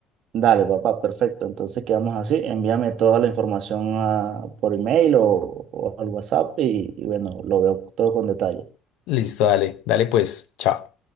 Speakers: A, on the right; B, on the left.
A: Dale, papá, perfecto. Entonces quedamos así. Envíame toda la información a- por email o, o al WhatsApp y, y bueno, lo veo todo con detalle.
B: listo, dale, dale pues, chao.